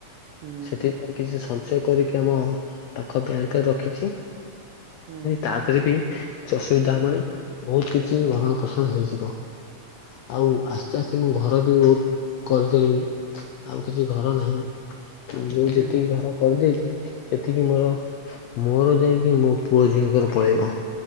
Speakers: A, on the right (about 80°); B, on the left (about 75°).
A: ହୁଁ
B: ସେଥିପାଇ କିଛି ସଂଚ ୟ କରିକି ଆମ ପାଖ ବ୍ୟାଙ୍କରେ ରଖିଛି।
A: ହୁଁ
B: ତା ଦେହରେ ବି କିଛି ଅସୁବିଧା ହବଣି ବହୁତ କିଛି ଭରଣ ପୋଷଣ ହେଇଯିବ। ଆଉ ଆସ୍ତେ ଆସ୍ତେ ମୁଁ ଘର ବି କରିଦେଲିଣି ଆଉ କିଛି ଘର ନାହିଁ। ମୁଁ
A: ହୁଁ
B: ଯେତିକି ଘର କରିଦେଇଛି ସେତିକି ମୋର ମୋର ଯାଇକି ମୋ ପୁଅ ଝିଅଙ୍କର ପଳେଇବ।